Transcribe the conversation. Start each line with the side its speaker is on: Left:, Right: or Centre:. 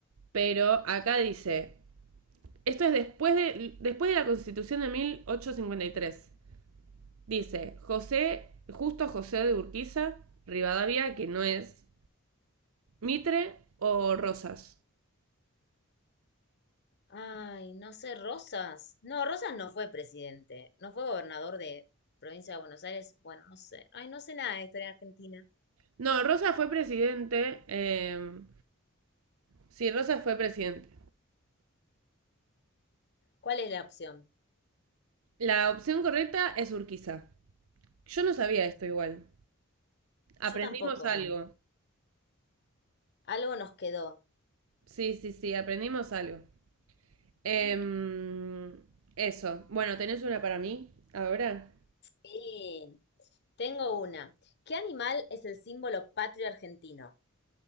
Right: Pero acá dice, esto es después de, después de la constitución de mil ochocientos cincuenta y tres, Dice, José, justo José de Urquiza, Rivadavia, que no es Mitre o Rosas.
Left: Ay, no sé, Rosas. No, Rosas no fue presidente, no fue gobernador de provincia de Buenos Aires. Bueno, no sé. Ay, no sé nada de historia argentina.
Right: No, Rosas fue presidente. eh, sí, Rosas fue presidente.
Left: ¿Cuál es la opción?
Right: La opción correcta es Urquiza. Yo no sabía esto igual. Aprendimos
Left: Yo tampoco.
Right: algo.
Left: Algo nos quedó.
Right: Sí, sí, sí, aprendimos algo. Em, eso. Bueno, ¿tenés una para mí ahora?
Left: Sí, tengo una. ¿Qué animal es el símbolo patrio argentino?